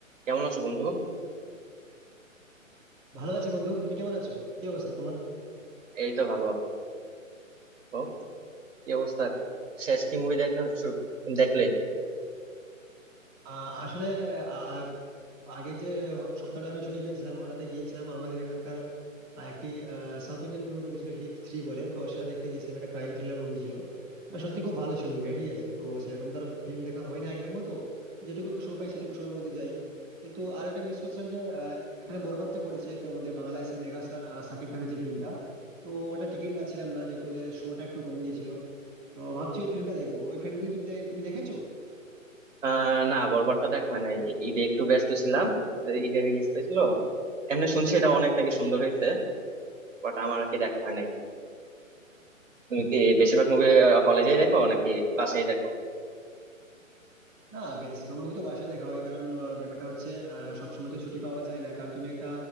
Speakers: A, on the right; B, on the right.
A: কেমন আছো বন্ধু
B: ভালো আছি বন্ধু তুমি কেমন আছো কি অবস্থা তোমার
A: এই তো ভালো তো কি অবস্থা শেষ কি মুভি দেখা শু- দেখলে
B: আহ, আসলে আহ, আগে যে সপ্তাহটা আমি ছুটি পেয়েছিলাম ওটাতে গিয়েছিলাম আমাদের এখানকার আহ, একটি সাউথ ইন্ডিয়ান মুভি পড়েছিল হিট থ্রি বলে তো সেটা দেখতে গিয়েছিলাম একটা ক্রাইম থ্রিলার মুভি ছিল আর সত্যি খুব ভালো ছিল মুভিটা ঠিক আছে তো সেরকম তার ফিল্ম দেখা হয় না আগের মতো যেটুকু সময় পাই সেটুকু সময়ের মধ্যে যাই কিন্তু আর একটা মিস করছিলাম যে আহ, এখানে বরবাদটা পড়েছে তো আমাদের বাংলাদেশের মেগা স্টার সাকিব খানের যে ফিল্মটা তো ওটা টিকিট পাচ্ছিলাম না যেহেতু ওদের শোটা একটু কম দিয়েছিল তো ভাবছি ওই ফিল্মটা দেখবো ওই ফিল্ম তুমি দেখেছো
A: আহ না বরবারটা দেখা হয় নাই ঈদে একটু ব্যস্ত ছিলাম ঈদে রিলিজ পেয়েছিল এমনি শুনছি এটা অনেক নাকি সুন্দর হয়েছে বাট আমার আর কি দেখা হয় নাই তুমি কি বেশিরভাগ মুভি হলে যাই দেখো নাকি বাসায় দেখো
B: না বেশিরভাগ মুভি তো বাসায় দেখা হয় কারণ আহ, ব্যাপারটা হচ্ছে আহ, সবসময় তো ছুটি পাওয়া যায় না কারণ তুমি একটা